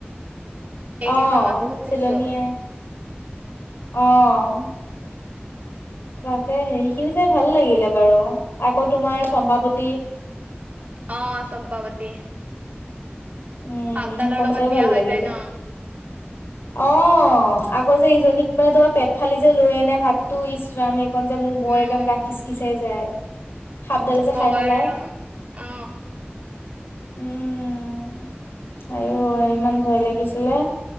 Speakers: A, on the right (about 40°); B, on the left (about 70°).
A: এইকেইখন
B: আহ,
A: মই বহুত চাইছো
B: চিলনীয়ে আহ, তাকে সেইৰিখিনি চাই ভাল লাগিলে বাৰু আকৌ তোমাৰ চম্পাৱতী,
A: অ, চম্পাৱতী।
B: উম,
A: সাপডালৰ
B: সেইখন
A: লগত
B: চাইো
A: বিয়া
B: ভাল
A: হৈ
B: লাগিলে।
A: যায় ন
B: অ, আকৌ যে ইজনীক মানে তোমাৰ পেট ফালি যে লৈ আনে হাতটো ইচ্ৰাম <inaudible> মোৰ বৰে
A: উম
B: গে গা খিচ খিচাই যায়। সাপডালে
A: কি
B: যে
A: কবা
B: খাই পেলাই।
A: আৰু অ
B: উম। আৰু ইমান ভয় লাগিছিলে।